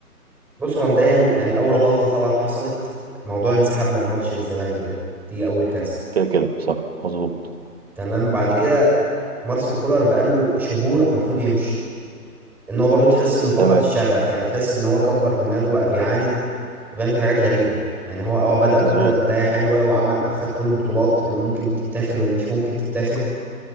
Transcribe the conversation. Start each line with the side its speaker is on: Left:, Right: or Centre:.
Centre: بص هو مبدئيا يعني اول غلطه طبعا حصلت موضوع انسحاب من ماتش الزمالك ده دي اول كارثه
Right: كده كده صح مظبوط
Centre: تمام بعد كده مارسيل كولر بقاله شهور المفروض يمشي ان هو برضو تحس انه فقد
Right: تمام
Centre: الشغف يعني تحس ان هو كبر دماغه بقى بيعاند وبيعمل حاجات غريبة يعني هو اه بدأ
Right: مظبوط
Centre: بدأ بداية حلوة وعمل خد كل البطولات اللي ممكن تتاخد واللي مش ممكن تتاخد